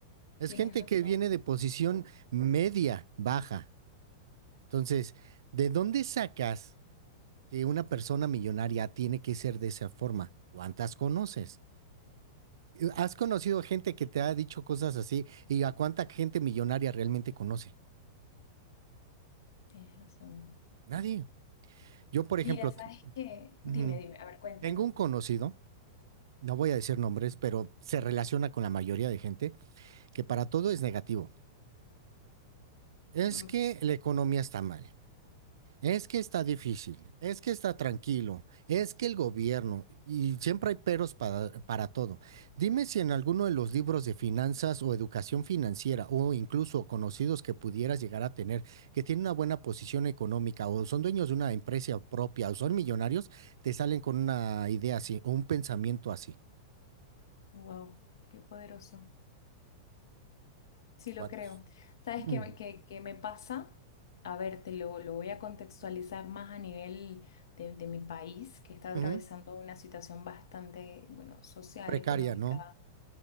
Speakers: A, on the right (about 85°); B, on the left (about 80°).
A: Es
B: tienes
A: gente
B: razón,
A: que viene de posición media, baja. Entonces, ¿de dónde sacas que una persona millonaria tiene que ser de esa forma? ¿Cuántas conoces? ¿Has conocido gente que te ha dicho cosas así? ¿Y a cuánta gente millonaria realmente conoce?
B: tienes razón.
A: Nadie. Yo, por
B: Mira,
A: ejemplo,
B: ¿sabes
A: te-
B: qué?
A: Ujú.
B: Dime, dime, a ver, cuéntame.
A: tengo un conocido, no voy a decir nombres, pero se relaciona con la mayoría de gente, que para todo es negativo. Es
B: Mm,
A: que la economía está mal. Es que está difícil, es que está tranquilo, es que el gobierno, y siempre hay peros para, para todo. Dime si en alguno de los libros de finanzas o educación financiera o incluso conocidos que pudieras llegar a tener, que tienen una buena posición económica o son dueños de una empresa propia o son millonarios, te salen con una idea así o un pensamiento así.
B: wow, qué poderoso. Sí,
A: ¿Cuántos?
B: lo creo. ¿Sabes
A: Mm,
B: qué, me qué- qué me pasa? A ver, te lo, lo voy a contextualizar más a nivel de, de mi país, que está
A: ujú,
B: atravesando una situación bastante, bueno, social,
A: Precaria,
B: económica,
A: ¿no?